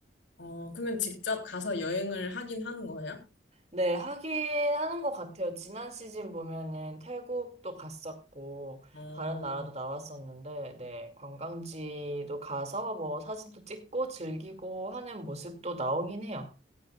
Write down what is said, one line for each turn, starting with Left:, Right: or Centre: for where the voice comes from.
Left: 어, 그러면 직접 가서 여행을 하긴 하는 거예요?
Right: 네, 하긴 하는 것 같아요. 지난 시즌 보면은 태국도 갔었고,
Left: 어,
Right: 다른 나라도 나왔었는데, 네, 관광지도 가서 뭐 사진도 찍고 즐기고 하는 모습도 나오긴 해요.